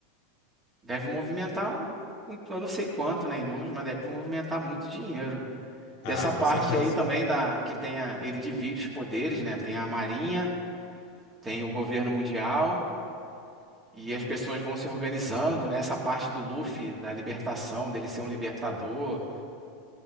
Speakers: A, on the right; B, on the left.
A: deve movimentar, um- eu não sei quanto, né, em números, mas deve movimentar muito dinheiro.
B: Ah,
A: E essa parte
B: com certeza.
A: aí também da que tem a, ele divide os poderes, né? Tem a Marinha, tem o governo mundial e as pessoas vão se organizando, né? Essa parte do Luffy, da libertação, dele ser um libertador,